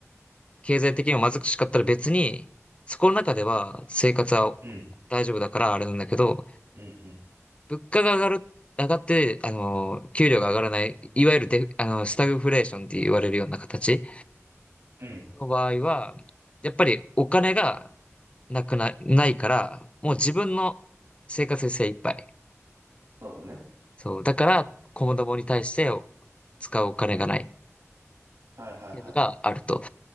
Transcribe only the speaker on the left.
経済的にも貧しかったら別に、そこの中では生活は大丈夫だからあれなんだけど、
物価が上がる、上がって、あの、給料が上がらない、いわゆるデフ、あの、スタグフレーションって言われるような形
の場合は、やっぱりお金がなくな、ないから、もう自分の生活に精一杯。
そう。だから、子供に対して使うお金がないっ
ていうのがあると。